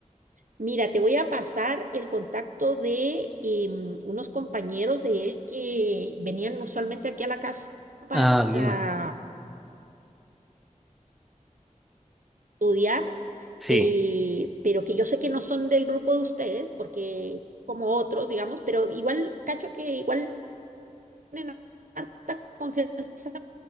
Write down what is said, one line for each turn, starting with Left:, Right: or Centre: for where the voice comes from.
Right: Mira, te voy a pasar el contacto de em, unos compañeros de él que venían usualmente aquí a la casa para
Centre: Ah, bien.
Right: estudiar,
Centre: Sí,
Right: eh, pero que yo sé que no son del grupo de ustedes, porque como otros, digamos, pero igual, cacho que igual tienen harta confianza